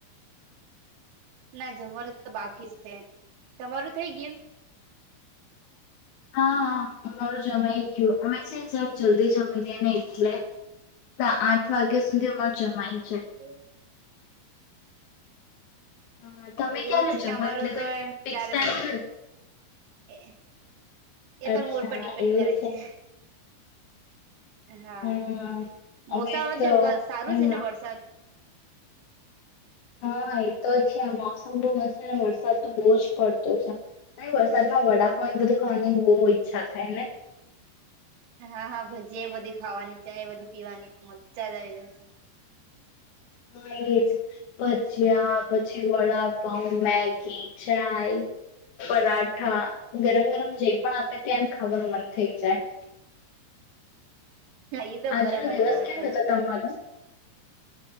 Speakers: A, on the right; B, on the left.
A: ના જમવાનું તો બાકી છે તમારું થઈ ગયું
B: હા હ અરો જમા એઈ ગું અમે છે જલ્દી જમી દનેઈ આઠ વાગ્યા સુધી અમાર જમાય
A: હમ
B: હા તમે
A: એવું
B: ક્યારે
A: છે
B: જમો
A: ને અમારું
B: એટલે કઈ
A: તો એમ
B: ફિક્સ
A: ચારે
B: ટાઈમ
A: મોડું
B: છે?
A: એ એ
B: અચ્છા
A: તો મોડ પર ડિપેન્ડ
B: એવું
A: કરે છે હા
B: હમ
A: મોસમ
B: અમે તો
A: જે સારું
B: એમ
A: છે ને વરસાદ
B: હા એતો જ છે મોસમ બ હશેને વરસાદ તો બહુ જ પડતો છે ન વરસાદમાં વડાકો એ બધું ખાવાની બહુ ઈચ્છા થાય ને
A: હા હા ભાજી એ બધી ખાવાની ચા બધી પીવાની તો મજા જ આવી જશે
B: હા એજ ભજયા પછી વડાપઉ મેગી ચાય પરાઠા ગરમ ગરમ જે પણ આપે તે એમ ખાવાનું મન થઈ જાય
A: એ તો
B: આજનો
A: બરાબર
B: દિવસ
A: બરાબર
B: કેવો હતો
A: કીધ
B: તમારો